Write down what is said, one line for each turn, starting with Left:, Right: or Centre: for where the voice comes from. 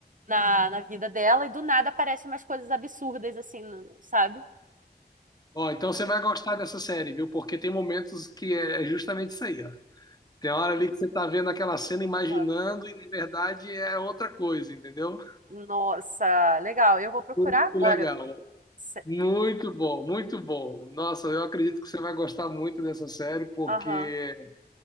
Right: na, na vida dela e do nada aparecem umas coisas absurdas, assim, no- sabe?
Left: Ó, então você vai gostar dessa série, viu? Porque tem momentos que é é justamente isso aí, ó. Tem hora ali que você tá vendo aquela cena imaginando
Right: Aham.
Left: e na verdade é outra coisa, entendeu?
Right: Nossa, legal. Eu vou procurar
Left: Muito
Right: agora.
Left: legal,
Right: Se-
Left: muito bom, muito bom. Nossa, eu acredito que você vai gostar muito dessa série porque
Right: Aham.